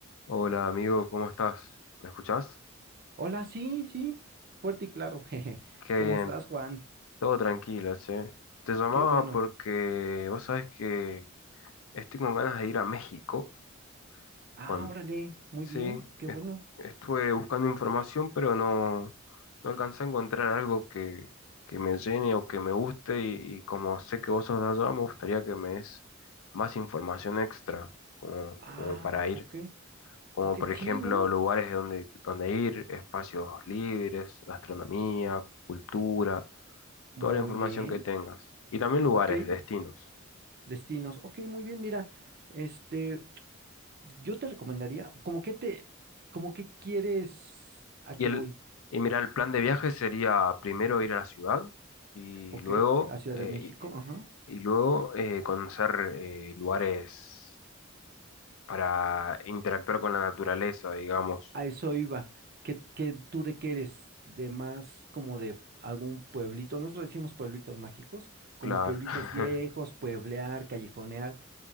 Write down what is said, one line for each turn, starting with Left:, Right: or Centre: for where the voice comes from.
Left: Hola amigo, ¿cómo estás? ¿Me escuchás?
Right: Hola, sí, sí, fuerte y claro. <laughs> jeje.
Left: Qué
Right: ¿Cómo
Left: bien,
Right: estás, Juan?
Left: todo tranquilo, che. Te llamaba
Right: Qué bueno.
Left: porque vos sabés que estoy con ganas de ir a México.
Right: Ah,
Left: Con...
Right: órale, muy
Left: Sí,
Right: bien, qué
Left: est-
Right: bueno.
Left: estuve buscando información, pero no, no alcancé a encontrar algo que, que me llene o que me guste y, y como sé que vos sos de allá, me gustaría que me des más información extra como,
Right: Ah,
Left: como para ir.
Right: ok,
Left: como
Right: ok,
Left: por ejemplo
Right: sí, ¿no?
Left: lugares de donde, donde ir, espacios libres, gastronomía, cultura,
Right: Muy
Left: toda la información
Right: bien,
Left: que tengas. Y también lugares,
Right: ok,
Left: destinos.
Right: destinos, ok, muy bien, mira, este, yo te recomendaría, como que te, como que quieres, ¿a
Left: Y,
Right: qué
Left: el,
Right: voy?
Left: y mira, el plan de viaje sería primero ir a la ciudad y
Right: Ok,
Left: luego,
Right: a Ciudad
Left: eh,
Right: de México, ajá.
Left: y, y luego eh, conocer eh, lugares para interactuar con la naturaleza, digamos.
Right: A eso iba. ¿Qué, qué, tú de qué eres? ¿De más como de algún pueblito? Nosotros decimos pueblitos mágicos, como
Left: Claro.
Right: pueblitos
Left: <laughs>
Right: viejos, pueblear, callejonear.